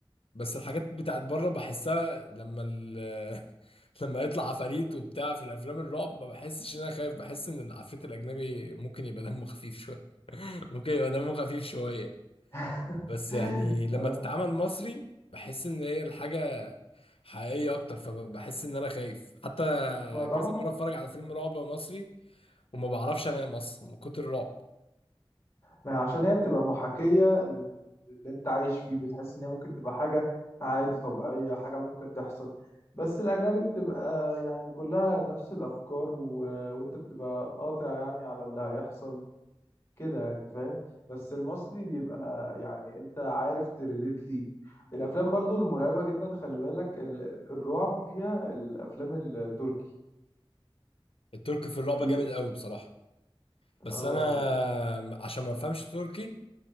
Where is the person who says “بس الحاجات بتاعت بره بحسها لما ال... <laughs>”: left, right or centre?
Left